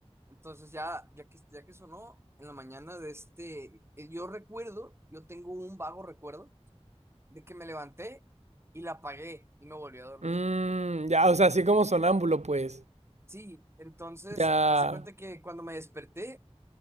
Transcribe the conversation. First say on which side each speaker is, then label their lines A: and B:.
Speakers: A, on the right (about 25°); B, on the right (about 85°).
A: Entonces ya, ya que, ya que sonó en la mañana de este, eh, yo recuerdo, yo tengo un vago recuerdo de que me levanté y la apagué y me volví a dormir.
B: Mm, ya, o sea, así como sonámbulo, pues.
A: Sí, entonces,
B: Ya,
A: hace cuenta que cuando me desperté,